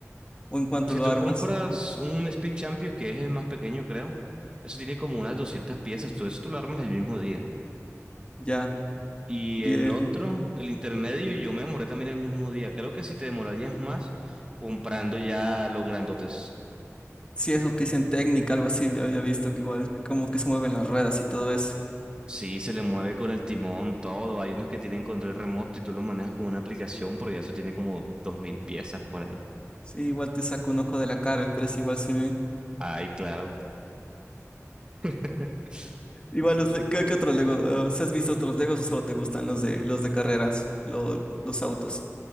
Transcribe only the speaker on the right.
O si
tú
compras un Speed Champions, que es el más pequeño, creo, eso tiene como unas 200 piezas, tú eso tú lo armas el mismo día.
Y
el
otro, el intermedio, yo me demoré también el mismo día. Creo que si te demorarías más comprando ya los grandotes.
Sí, se le mueve con el timón, todo. Hay unos que tienen control remoto y tú los manejas con una aplicación porque eso tiene como 2000 piezas por ahí.
Ay, claro. <laughs>